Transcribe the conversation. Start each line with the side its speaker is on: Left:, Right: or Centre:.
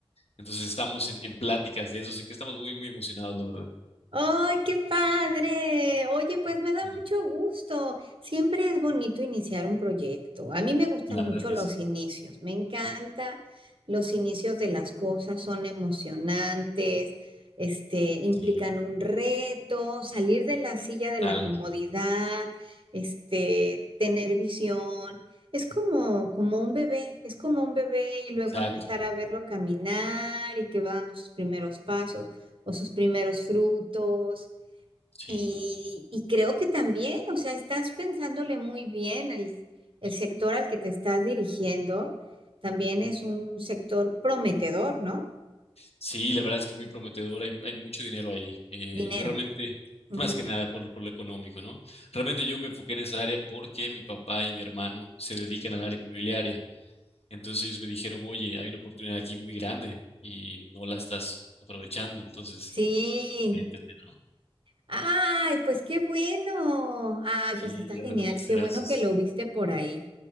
Left: Entonces, estamos en, en pláticas de eso, así que estamos muy, muy emocionados, la verdad.
Right: ¡Ay, qué padre! Oye, pues me
Left: Sí,
Right: da mucho gusto. Siempre es bonito iniciar un proyecto. A mí me gustan
Left: La verdad
Right: mucho
Left: que
Right: los
Left: sí,
Right: inicios. Me encanta los inicios de las cosas. Son emocionantes, este, implican
Left: sí,
Right: un reto, salir de la silla
Left: total,
Right: de la comodidad, este, tener visión. Es como, como un bebé, es como un bebé y luego
Left: exacto,
Right: empezar a verlo caminar y que va dando sus primeros pasos o sus primeros frutos.
Left: sí.
Right: Y, y creo que también, o sea, estás pensándole muy bien el, el sector al que te estás dirigiendo. También es un sector prometedor, ¿no?
Left: Sí, la verdad es que es muy prometedor, hay, hay mucho dinero ahí. Eh,
Right: Dinero.
Left: yo realmente,
Right: Ujú.
Left: más que nada por, lo- por lo económico, ¿no? Realmente yo me enfoqué en esa área porque mi papá y mi hermano se dedican al área inmobiliaria. Entonces ellos me dijeron, oye, hay una oportunidad aquí muy grande y no la estás aprovechando, entonces
Right: Sí.
Left: métete, ¿no?
Right: Ay, pues qué bueno. Ay,
Left: Sí,
Right: pues está
Left: la
Right: genial.
Left: verdad, muchas
Right: Qué
Left: gracias.
Right: bueno que lo viste por ahí.